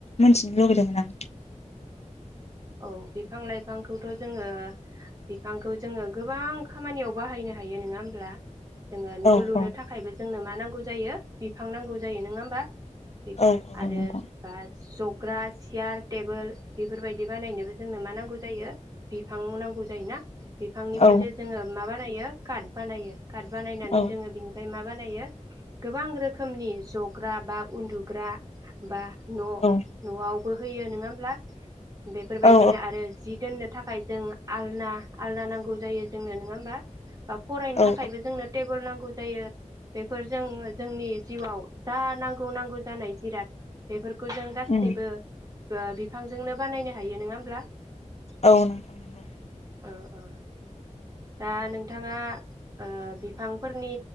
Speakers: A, on the left; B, on the right.
A: मिथिनो लुगैदोंमोन आं
B: औ बिफां लाइफांखौथ' जोङो बिफांखौ जोङो गोबां खामानियाव बाहायनो हायो नोङा होमब्ला जोङो न'
A: औ
B: लुनो
A: औ
B: थाखायबो जोंनो मा नांगौ गौ जायो बिफां नांगौ जायो नङा होमबा बिफां
A: औ औ
B: आरो
A: नोंथां
B: बा जौ ग्रा सियार टेबोल बेफोरबायायदि बि बानायनोबो जोंनो मां नांगौ जायो बिफां नांगौ जायोना बिफांनिफ्रायसो
A: औ
B: जोङो मा बानायो काट बानायो काट बानायनानै
A: औ
B: जोङो बिनिफ्राय मा बानायो गोबां रोखोमनि जग्रा बा उन्दुग्रा बा न'
A: औ
B: न'आवबो होयो नोङा ब्ला बेफोरबायदिनो
A: औ
B: आरो जि दोननो थाखाय जों आलना आलना नांगौ जायो जोंनो नोङा होमबा बा फरायनो
A: औ
B: थाखायबो जोंनो टेबोल नांगौ जायो बेफोरजों जोंनि जिउआव जा नांगौ नांगौ जानाय जिराद बेफोरखौ खौ जों
A: औ
B: गासैबो ओ बिफांजोंनो बानायनो हायो नोङा होमब्ला
A: औ नोंथां नोंगौ
B: ओ ओ दा नोंथाङा ओ बिफांफोरनि